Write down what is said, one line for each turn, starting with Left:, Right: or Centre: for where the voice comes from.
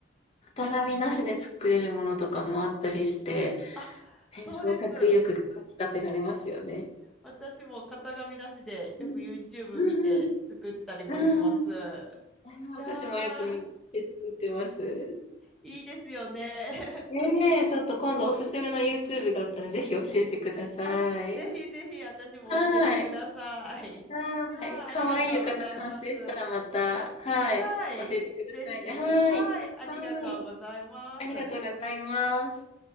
Left: 型紙なしで作れるものとかもあったりして、
Centre: あ、そうです。
Left: ね、創作意欲がかき立てられますよね。
Centre: 私も型紙なしでよく
Left: うん。
Centre: YouTube
Left: うん
Centre: 見て作ったりもします。
Left: うん。うん。あの私もよく見て作ってます。
Centre: いやー、いいですよね。
Left: ねえ、ちょっと今度おすすめの YouTube があったらぜひ教えてください。
Centre: <laughs> あ、ぜひぜひ私も教えてください。
Left: はい。はい。
Centre: いやー、
Left: かわいい浴衣完成したらまた、
Centre: ありがとうございます。
Left: はい。
Centre: はい、
Left: 教えてくださいね。
Centre: ぜひ、
Left: はい。
Centre: はい、ありがとうございます。
Left: はい。ありがとうございます。